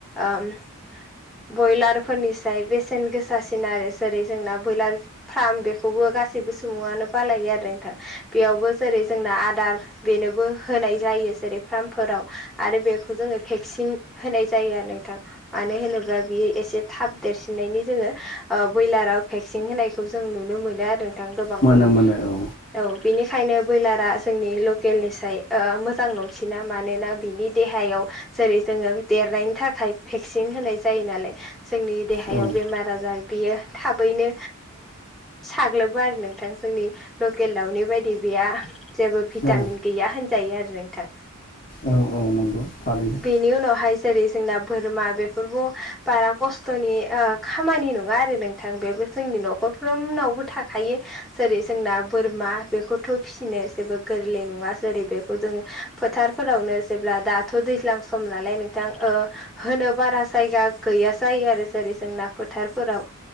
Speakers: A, in the centre; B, on the left.
A: ओम बयलार फोरनिसाय बेसेन गोसासिन आरो जेरै जोंना बयलार फ्राम बेखौबो गासैबो सुबुङानो बालायो आरो नोंथां बेयावबो जेरै जोंना आदार बेनोबो होनाय जायो जेरै फार्मफोराव आरो बेखौ जोङो भेक्सिन होनाय जायो आरो नोंथां मानो होनोब्ला बियो एसे थाब देरसिननायनि जोङो। ओ बयलाराव भेक्सिं होनायखौ जों नुनो मोनो आरो नोंथां गोबांखौनो।
B: मोनो मोनो औ
A: औ बिनिखायनो बयलारा जोंनि लकेलनिस मोजां नंसिना मानोना बिनि देहायाव। जेरै जोङो देरनायनि थाखाय भेक्सिन होनाय जायो नालाय जोंनि देहायाव
B: औ
A: बेमार आजार बियो थाबैनो साग्लोबो आरो नोंथां जोंनि लकेल दाउनि बायदि बेया जेबो भिटामिन
B: औ
A: गैया होनजायो आरो नोंथां।
B: औ औ नंगौ थारैनो
A: इनि उनावहाय जेरै जोंना बोरमा बेफोरबो बारा खस्थ'नि ओ खामानि नङा आरो नोंथां बेबो जोंनि न'खरफ्रोमनावबो थाखायो। जेरै जोंना बोरमा बेखौथ' फिसिनो जेबो गोरलै नङा जेरै बेखौ जोङो। फोथारफोरावनो जेब्ला दाथ' दैज्लां सम नालाय नोंथां ओ होनो बारा जायगा गैया जायो आरो जेरै जोंना फोथारफोराव।